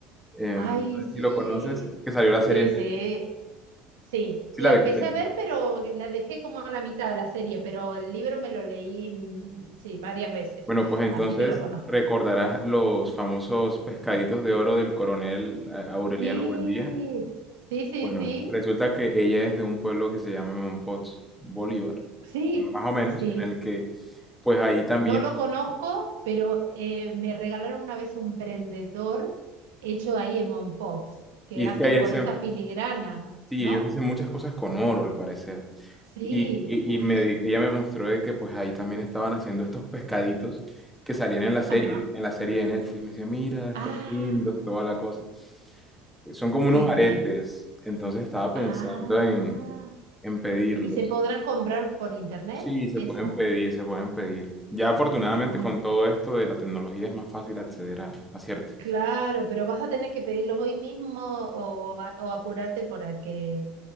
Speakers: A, in the centre; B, on the right (about 85°).
A: Em,
B: Ay,
A: no sé
B: sí,
A: si lo conoces, que salió la
B: sí,
A: serie en
B: sí,
A: Netflix,
B: sí.
A: ¿sí
B: La
A: la viste?
B: empecé a ver, pero la dejé como a la mitad de la serie, pero el libro me lo leí, mm, sí, varias veces,
A: Bueno, pues entonces
B: así que lo conozco.
A: recordarás los famosos pescaditos de oro del coronel eh, Aureliano
B: Sí,
A: Buendía.
B: sí, sí,
A: Bueno,
B: sí.
A: resulta que ella es de un pueblo que se llama Mompox Bolívar,
B: Sí,
A: bueno, más o menos,
B: sí.
A: en el que, pues ahí también,
B: No lo conozco, pero eh, me regalaron una vez un prendedor hecho ahí en Mompox, que
A: y es
B: hacen
A: que ahí hacen,
B: con esa filigrana,
A: sí,
B: ¿no?
A: ellos hacen muchas cosas con oro, al parecer.
B: Sí,
A: Y, y-
B: uf,
A: y me di- ella me mostró de que pues ahí también estaban haciendo estos pescaditos que salían en la serie,
B: ajá.
A: en la serie de Netflix. Me decía, mira, están
B: Ah,
A: lindos, toda la cosa. Son como unos
B: qué bien.
A: aretes. Entonces estaba pensando
B: Ah,
A: en, en pedirlos.
B: ¿y se podrán comprar por internet?
A: Sí, se
B: Eso.
A: pueden pedir, se pueden pedir. Ya afortunadamente
B: Uy,
A: con todo esto de la tecnología es más fácil acceder a, a cierto.
B: claro, pero vas a tener que pedirlos hoy mismo o, a- o apurarte para que,